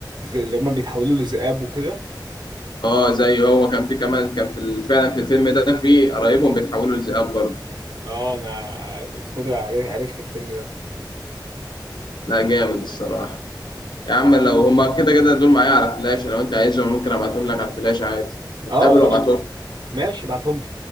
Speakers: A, on the right; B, on the left.
A: اللي هم بيتحولوا لذئاب وكده
B: اه زي هو كان في كمان كان في ال- فعلا في الفيلم ده في قرايبهم بيتحولوا لذئاب برضه
A: اه انا اسمه ده عرف- عرفت الفيلم ده
B: لا جامد الصراحة يا عم لو هما كده كده دول معايا على فلاش لو انت عايزهم ممكن ابعتهم لك على الفلاش عادي نتقابل
A: اه
B: وابعتهم
A: قشطة ماشي ابعتهم لي